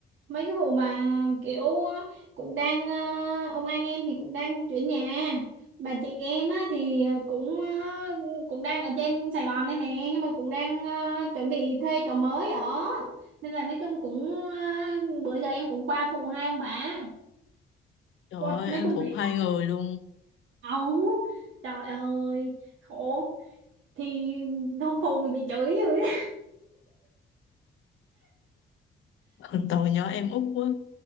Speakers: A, on the right; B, on the left.
A: mấy cái vụ mà kiểu ờ, cũng đang ờ, ông anh em thì cũng đang chuyển nhà bà chị em á, thì cũng ờ, cũng đang ở trên Sài Gòn đây nè nhưng mà cũng đang ờ, chuẩn bị thuê chỗ mới ở nên là nói chung cũng ờ, bữa giờ em cũng qua phụ hai ông bà
B: Trời
A: qua
B: ơi,
A: nói
B: em
A: chung
B: phụ
A: là
B: hai người luôn.
A: ấu trời ơi khổ thì không phụ thì bị chửi rồi đó.
B: <laughs> Tội nhỏ em út quá.